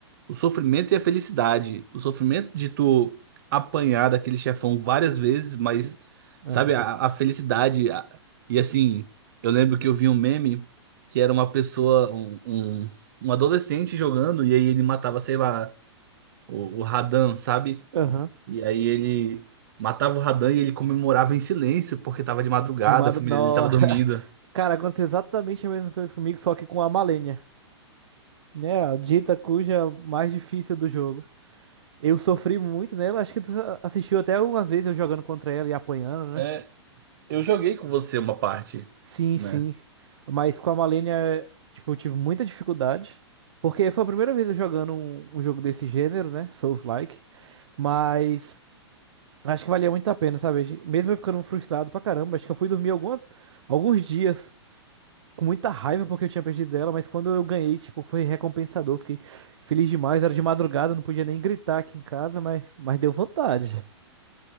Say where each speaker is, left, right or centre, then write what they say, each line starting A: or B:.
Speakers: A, on the right; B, on the right.
A: o sofrimento e a felicidade. O sofrimento de tu apanhar daquele chefão várias vezes, mas,
B: sim. Aham.
A: sabe, a, a felicidade. a- e assim, eu lembro que eu vi um meme que era uma pessoa, um, um, um adolescente jogando, e aí ele matava, sei lá, o, o Radan, sabe?
B: Aham.
A: E aí ele matava o Radan e ele comemorava em silêncio, porque tava de madrugada,
B: De madrugada.
A: a família dele tava dormindo.
B: <laughs> Cara, aconteceu exatamente a mesma coisa comigo, só que com a Malenia. Né? A dita cuja mais difícil do jogo. Eu sofri muito nela, acho que tu assistiu até algumas vezes eu jogando contra ela e apanhando, né?
A: É, eu joguei com você uma parte,
B: Sim,
A: né?
B: sim. Mas com a Malenia, tipo, eu tive muita dificuldade. Porque foi a primeira vez eu jogando um, um jogo desse gênero, né? Souls-like. Mas acho que valia muito a pena, sabe? Mesmo eu ficando frustrado pra caramba, acho que eu fui dormir algumas, alguns dias com muita raiva porque eu tinha perdido ela, mas quando eu ganhei, tipo, foi recompensador. Fiquei feliz demais. Era de madrugada, não podia nem gritar aqui em casa, mas, mas deu vontade.